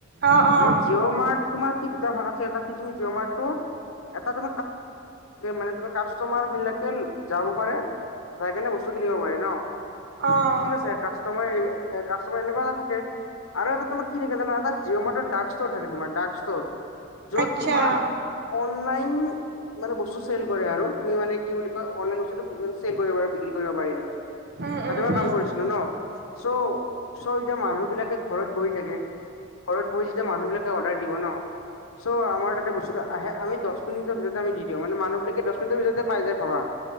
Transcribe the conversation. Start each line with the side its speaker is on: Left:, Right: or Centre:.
Right: অ' অ'
Left: মানে জিঅ' মাৰ্ট তোমাৰ কি দুটা ভাগ আছে, এটা কি তুমি জিঅ' মাৰ্ - মাৰ কামাৰ এ থাকে মান ত কাষ্টমাৰ বিলাকে যাব পাৰে। যাই কেনে বস্তু কিনিব পাৰে ন।
Right: অ'
Left: ঠিক আছে কাষ্টমাৰ। এনেকোৱা এটা থাকে। আৰু এটা তোমাৰ কি দেখে জান এটা জিঅমেৰ ডাক ষ্টৰ থাকে তোমাৰ ডাক ষ্টৰ। য'ত
Right: আচ্ছা
Left: তোমাৰ অনলাইন মানে বস্তু চেল কৰে। আৰু তুমি মানে, কি বুলি কয়, অনলাইন বস্তুটো চেল কৰিব পাৰ বিক্ৰী কৰিব পাৰি আৰু। তাত
Right: উম উম
Left: পৰা
Right: উম
Left: কাম কৰিছিলো ন চ' চ' এতিয়া মানুহ বিলাকে ঘৰত বহি। ঘৰত বহি যেতিয়া মানুহ বিলাকে অৰ্ডাৰ দিব ন, চ' আমাৰ তা বস্তুটো আহে আম দহ মিনিটৰ ভিতৰতে আম দিওঁ মানে মানুহ বিলাকে দহ মিনিটৰ ভিতৰতে পাই যায়। ভাবা